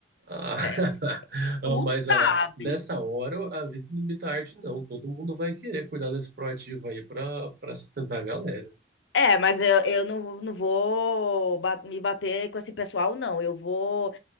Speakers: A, on the right (about 60°); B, on the left (about 85°).
A: ah, <laughs>
B: É, tu
A: ah, mas
B: sabe.
A: a nessa hora a vida não imita a arte, não. Todo mundo vai querer cuidar desse proativo aí para para sustentar a galera.
B: É, mas eu, eu não, não vou ba- me bater com esse pessoal, não. Eu vou